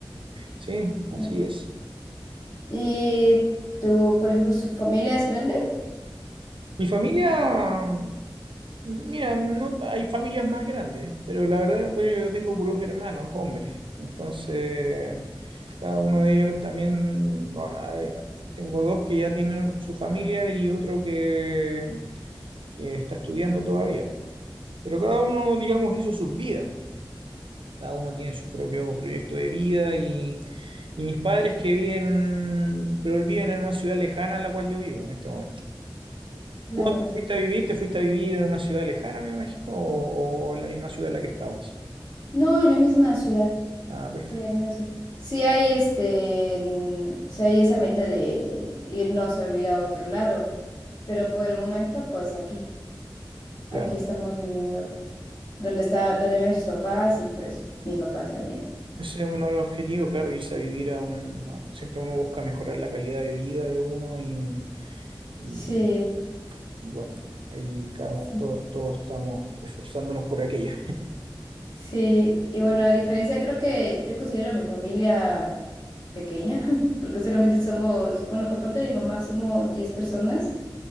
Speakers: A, on the right (about 80°); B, on the left (about 55°).
A: Sí, así
B: Mm.
A: es.
B: ¿Y tú, por ejemplo, su familia es grande?
A: Mi familia Mira, no, hay familias más grandes, pero la verdad, bueno, yo tengo puros hermanos, hombres. Entonces, cada uno de ellos también, bueno, hay- tengo dos que ya tienen su familia y otro que, que está estudiando todavía. Pero cada uno, digamos, hizo sus vidas. Cada uno tiene su propio proyecto de vida y, y mis padres que viven, pero viven en una ciudad lejana a la cual yo vivo en este momento.
B: Claro.
A: ¿Tú dónde fuiste a vivir? ¿Te fuiste a vivir en una ciudad lejana, me imagino? ¿O, o en la misma ciudad en la que estabas?
B: No, en la misma ciudad.
A: Ah, perfecto,
B: Eh, no sé. si hay este, mm, sí hay esa meta de irnos a vivir a otro lado, pero por el momento, pues aquí,
A: claro.
B: aquí estamos viviendo, donde está, donde viven sus papás y pues mis papás también.
A: Ese es uno de los objetivos, claro, irse a vivir a un... a un- siempre uno busca mejorar la calidad de vida de uno y, y-
B: Sí,
A: y bueno, ahí cada,
B: sí,
A: to- todos estamos esforzándonos por aquello.
B: sí. Y bueno, a diferencia, creo que yo considero a mi familia pequeña, <laughs> porque solamente somos, bueno, por parte de mi mamá somos 10 personas